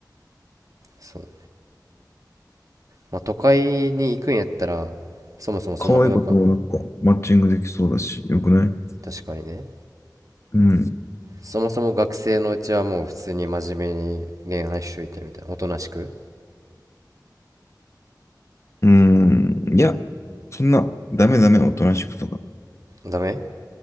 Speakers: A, on the right; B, on the left.
A: そうまあ、都会に行くんやったらそもそもそんなことか
B: 可愛い子ともなんかマッチングできそうだし、よくない
A: 確かにね
B: うん。
A: そもそも学生のうちはもう普通に真面目に恋愛しといてみたいなおとなしく
B: うん。いや、そんな、ダメダメ、おとなしくとか。
A: ダメ